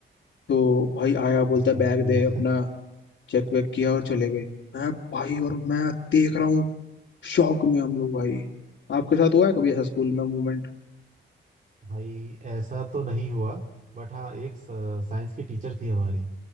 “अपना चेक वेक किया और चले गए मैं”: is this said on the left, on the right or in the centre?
Left